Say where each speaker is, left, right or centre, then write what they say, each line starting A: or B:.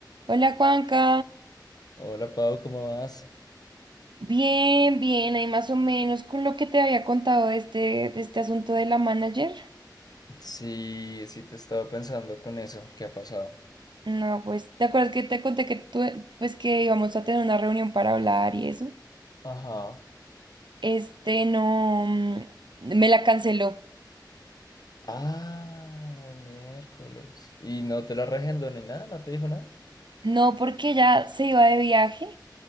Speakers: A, on the right; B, on the left.
A: Hola Juanca,
B: Hola Pau, ¿cómo vas?
A: bien, bien, ahí más o menos con lo que te había contado de este, de este asunto de la manager.
B: Sí, sí te estaba pensando con eso, ¿qué ha pasado?
A: No, pues, ¿te acuerdas que te conté que tú, pues que íbamos a tener una reunión para hablar y eso?
B: Ajá.
A: Este, no, mm, me la canceló.
B: Ah, miércoles. ¿Y no te la regendó ni nada? ¿No te dijo nada?
A: No, porque ya se iba de viaje.